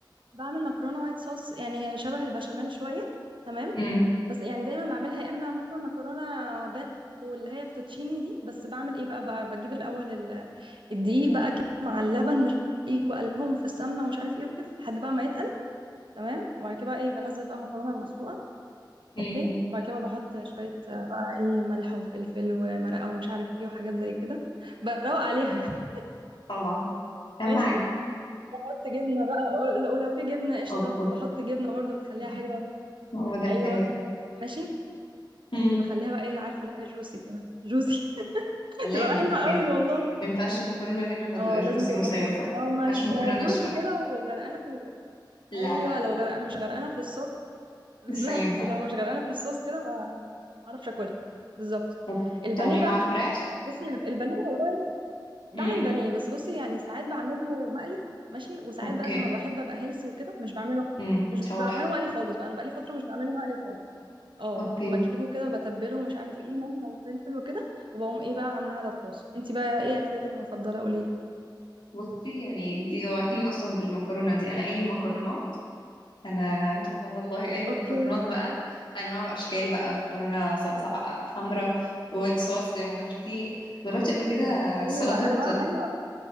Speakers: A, on the right; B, on the left.
A: بعمل مكرونه وايت صوص يعني هي شبه البشاميل شويه تمام
B: امم
A: بس يعني دايما بعملها يا اما مثلا مكرونه بان او اللي هي فوتوتشيني دي بس بعمل ايه بقى, بقى بجيب الاول الدقيق بقى كده مع اللبن مش ايه بقلبهم في السمنه ومش عارف ايه وكده لحد بقى ما يتقل تمام وبعد كده بقى ايه بنزل بقى المكرونه المسلوقه
B: امم
A: اوكي وبعد كده بقى بحط شويه آه، بقى ايه ملح وفلفل ومرقه ومش عارف ايه وحاجات زي كده بروق عليها يعني
B: طبعا
A: <laughs>
B: اهم
A: ماشي
B: حاجة
A: بحط جبنه بقى ول- ولو في جبنه قشطه
B: أب أب
A: بحط جبنه برضو بتخليها
B: مم.
A: حلوه
B: هو ده
A: ايوه
B: الكلام
A: ماشي
B: امم
A: بس بخليها بقى ايه عارفه الاقيها جوسي كده جوسي <laughs>
B: لازم
A: تبقى حلوه
B: لازم
A: قوي والله
B: ما ينفعش المكرونة غير لما تبقى
A: اه
B: جوسي
A: لازم تبقى
B: ومصيصة
A: جوسي
B: ما
A: لو مش
B: ينفعش مكرونة ناشفة
A: جوسي كده وغرقانه في
B: لا
A: ايوه
B: لا لا
A: لو غرق مش غرقانه في الصوص بالظبط
B: مش هينفع
A: لو مش غرقانه في الصوص كده ما ما اعرفش اكلها بالظبط
B: وبتعملي
A: البانيه بقى
B: معاها فراخ
A: بصي الب- البانيه والله بعمل
B: امم
A: بانيه بس بصي يعني ساعات بعمله مقلي ماشي وساعات
B: اوكي
A: بقى لما بحب ابقى هيلسي وكده مش بعمله
B: امم
A: مش
B: تشوحها
A: بعمله مقلي خالص بقى انا بقالي فتره مش بعمله مقلي خالص اه
B: اوكي
A: بجيبه كده بتبله ومش عارف ايه ملح وفلفل وكده وبقوم ايه بقى عاملاه على الطاسه انت بقى ايه اكلتك المفضله قولي لي
B: بصي يعني انت جوعتيني اصلا بالمكرونه دي انا اي مكرونات انا اه والله اي مكرونات
A: اوكي
B: بقى انواع واشكال بقى مكرونه صلصه حمراء وايت صوص زي ما قلتي جربت قبل
A: ايوه
B: كده
A: ايوه
B: سلطه
A: انا بقى ايوه